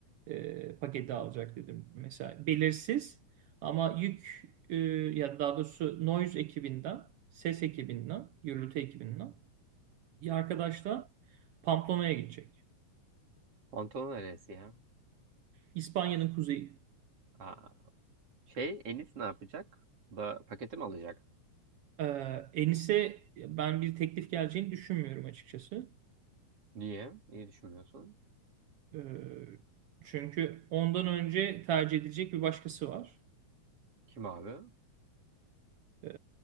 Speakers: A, on the right; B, on the right.
A: e, paketi alacak dedim. Mesela belirsiz ama yük e, ya daha doğrusu Noise ekibinden, ses ekibinden, gürültü ekibinden bir arkadaş da Pamplona'ya gidecek.
B: Pantolon neresi ya?
A: İspanya'nın kuzeyi.
B: Aa. Şey Enis ne yapacak? Bu Da paketi mi alacak?
A: E, Enis'e ben bir teklif geleceğini düşünmüyorum açıkçası.
B: Niye? Niye düşünmüyorsun?
A: Ee, çünkü ondan önce tercih edilecek bir başkası var.
B: Kim abi?
A: Ee,